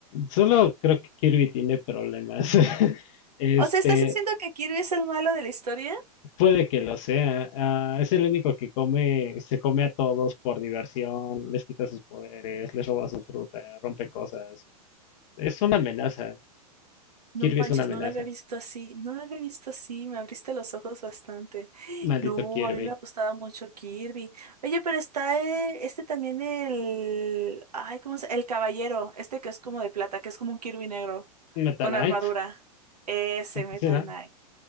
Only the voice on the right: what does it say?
O sea, ¿estás diciendo que Kirby es el malo de la historia?
No
manches,
no la había visto así, no la había visto así, me abriste los ojos bastante.
<gasps> No,
a mí me gustaba mucho Kirby. Oye, pero está eh, este también el, ay, ¿cómo se? El caballero, este que es como de plata, que es como un Kirby negro,
con
armadura. Ese
Metal
Knight.